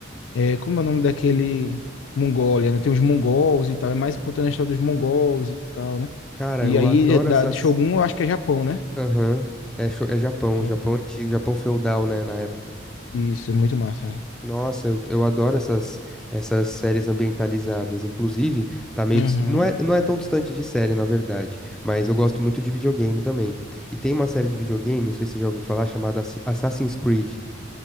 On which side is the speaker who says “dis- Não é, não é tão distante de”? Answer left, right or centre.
Centre